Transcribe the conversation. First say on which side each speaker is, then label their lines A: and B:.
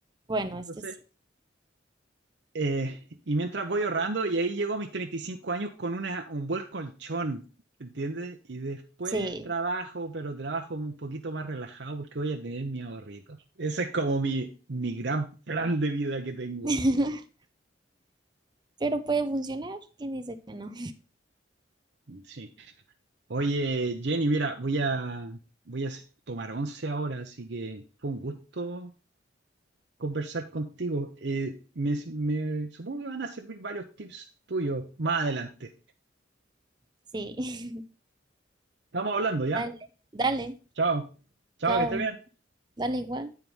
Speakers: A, on the right; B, on the right.
A: Bueno,
B: Entonces,
A: este sí,
B: eh, y mientras voy ahorrando, y ahí llego a mis 35 años con una, un buen colchón, ¿entiendes? Y después
A: sí,
B: trabajo, pero trabajo un poquito más relajado porque voy a tener mis ahorritos. Ese es como mi, mi gran plan de vida que tengo.
A: <laughs> pero puede funcionar. ¿Quién dice que no?
B: Sí. Oye, Jenny, mira, voy a, voy a tomar once ahora, así que fue un gusto conversar contigo. Eh, me, me- supongo que van a servir varios tips tuyos más adelante.
A: Sí,
B: Estamos hablando, ¿ya?
A: <laughs> dale, dale,
B: Chao. Chao,
A: chao,
B: que estés bien.
A: dale igual.